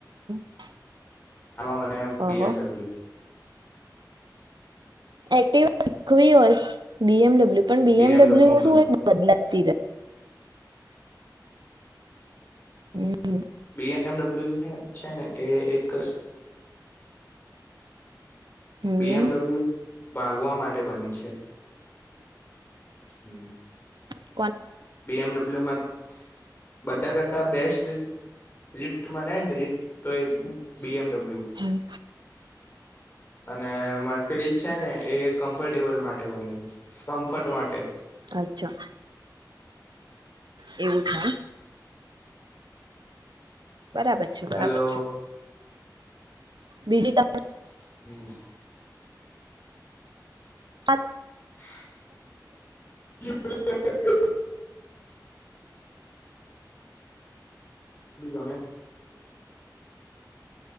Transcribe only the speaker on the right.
<inaudible>
ઓહો
એક્ટ ખુ હોસ બી એમડબ્લ્યુ પણ બીએમડબ્લ્યુ
શું એક બદલા ત હમ
હમ
બ
હમ
અચ્છા એવું થાય બરાબર છે બરાબર
છ બીજી ત
<unintelligible>